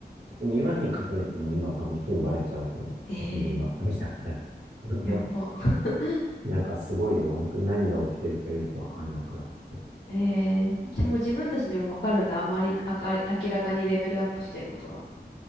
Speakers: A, on the right; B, on the left.
A: でも岩に隠れても今多分すぐバレちゃうと思う。
B: ええ
A: 殺人ばっかりだから。<laughs>
B: ーやば。<laughs>
A: なんかすごいよ。本当に何が起きてるかよくわかんなくなってきて。
B: ええーじもう自分たちでもわかるんだ。あまり、あか、明らかにレベルアップしてることが。